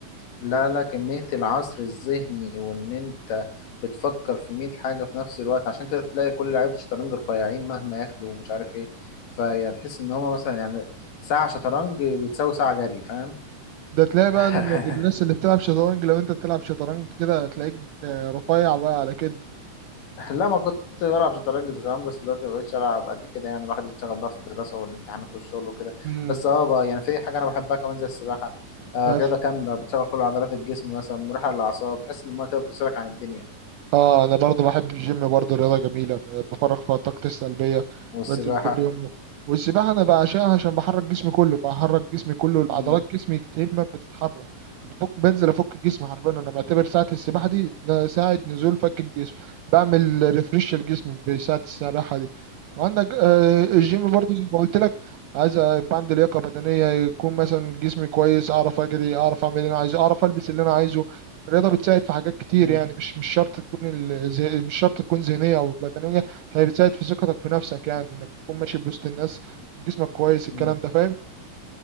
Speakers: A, on the left; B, on the right.
A: لا لا كمية العصر الذهني وان انت بتفكر في 100 حاجة في نفس الوقت عشان كده تلاقي كل لعيبة الشطرنج رفيعين مهما ياكلوا ومش عارف ايه فيعني تحس ان هما مثلا يعني ساعة شطرنج بتساوي ساعة جري فاهم
B: ده تلاقي بقى
A: <laughs>
B: ال- الناس اللي بتلعب شطرنج لو انت بتلعب شطرنج كده هتلاقيك آه، رفيع بقى على كده
A: لا ما كنت بلعب شطرنج زمان بس دلوقتي ما بقتش العب قد كده يعني الواحد يتشغل بقى في الدراسة والامتحانات والشغل وكده
B: امم
A: بس اه بقى يعني في حاجة انا بحبها كمان زي السباحة آه،
B: بس
A: الرياضة كاملة بتشغل كل عضلات الجسم مثلا مريحة للأعصاب تحس ان المية كده بتفصلك عن الدنيا
B: اه انا برضو بحب الجيم برضو رياضه جميله ب- بفرغ فيها طاقتي السلبيه
A: والسباحة
B: بنزل كل يوم والسباحه انا بعشقها عشان بحرك جسمي كله بحرك جسمي كله
A: امم
B: عضلات جسمي كتير ما بتتحرك بفك بنزل افك جسمي حرفيا انا بعتبر ساعه السباحه دي ده ساعه نزول فك الجسم بعمل ريفريش لجسمي بساعه السباحه دي وعندك آه، الجيم برضو زي ما قلت لك عايز يبقى عندي لياقه بدنيه يكون مثلا جسمي كويس اعرف اجري اعرف اعمل اللي انا عايزه اعرف البس اللي انا عايزه الرياضة بتساعد في حاجات كتير
A: مم.
B: يعني مش مش شرط تكون ال- ذه- مش شرط تكون ذهنية أو بدنية هي بتساعد في ثقتك في نفسك يعني إنك تكون ماشي بوسط الناس جسمك كويس الكلام
A: مم.
B: ده فاهم